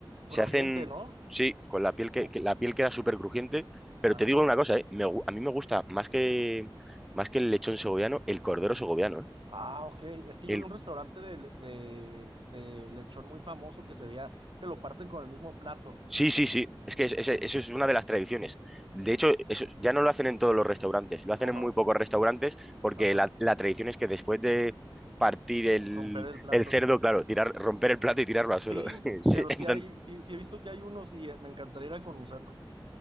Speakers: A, in the centre; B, on the right.
A: Se
B: Crujiente,
A: hacen,
B: ¿no?
A: sí, con la piel
B: Uf,
A: que, que la piel queda súper crujiente, pero
B: ajá.
A: te digo una cosa, ¿eh? Me gu- a mí me gusta más que, más que el lechón segoviano, el cordero segoviano, ¿eh?
B: Ah, ok. Es que
A: El,
B: yo vi un restaurante de, le- de, de lechón muy famoso que se veía que lo parten con el mismo plato.
A: sí, sí, sí, es que es- es- eso es una de las tradiciones. De
B: Sí.
A: hecho, eso ya no lo hacen en todos los restaurantes, lo
B: No,
A: hacen en
B: no.
A: muy pocos restaurantes porque
B: Ajá.
A: la, la tradición es que después de partir el,
B: Romper el plato.
A: el cerdo,
B: <laughs>
A: claro, tirar, romper el plato y tirarlo al
B: Sí,
A: suelo. <laughs>
B: pero
A: Sí,
B: sí
A: entonces,
B: hay, sí, sí he visto que hay unos y eh, me encantaría ir a conocerlo.